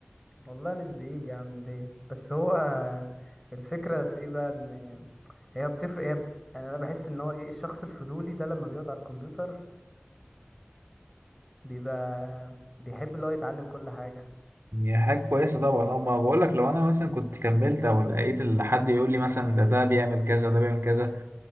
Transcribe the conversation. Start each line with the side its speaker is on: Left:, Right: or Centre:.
Centre: والله مش بعيد يا عم ليه بس هو الفكرة في ايه بقى ان هي بتفرق هي ب- يعني انا بحس ان هو ايه الشخص الفضولي ده لما بيقعد على الكمبيوتر بيبقى بيحب اللي هو يتعلم كل حاجة
Right: هي حاجة كويسة
Centre: عايز
Right: طبعا اه ما بقول لك لو انا مثلا كنت كملت او لقيت ال- حد يقول لي مثلا ده ده بيعمل كذا ده بيعمل كذا